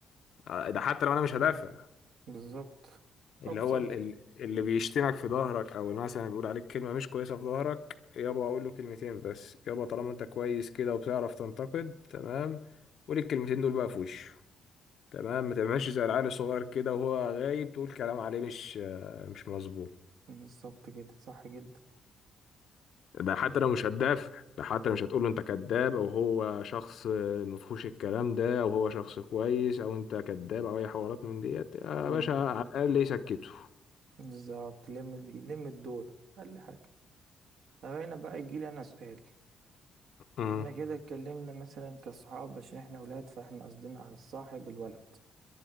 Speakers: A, on the left; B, on the right.
A: آه، ده حتى لو انا مش هدافع
B: بالظبط
A: اللي
B: أبسط
A: هو ال- ال- اللي بيشتمك في ظهرك او اللي مثلا بيقول عليك كلمه مش كويسه في ظهرك يابا اقول له كلمتين بس يابا طالما انت كويس كده وبتعرف تنتقد تمام قول الكلمتين دول بقى في وشه تمام ما تعملش زي العيل الصغير كده وهو غايب تقول كلام عليه مش مش مظبوط
B: بالظبط كده صح جدا
A: ده حتى لو مش هتدافع ده حتى لو مش هتقول له انت كذاب او هو شخص مفهوش الكلام ده او هو شخص كويس او انت كذاب او اي حوارات من ديت يا
B: مم.
A: باشا على الاقل يسكته
B: بالظبط يلم يلم الدور أقل حاجة طب هنا بقى يجيلي أنا سؤال
A: امم
B: احنا كده اتكلمنا مثلا كصحاب عشان احنا ولاد فاحنا قصدنا على الصاحب الولد